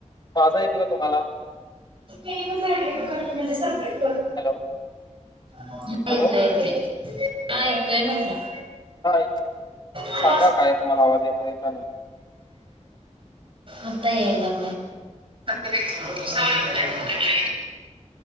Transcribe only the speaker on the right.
ते रा कटमध्ये सबरट कर. <unintelligible>
हा येतय
येतेय,, हां येतोय म्हटलं.
आणि
आत्ता याय लागलाय सवय हो येत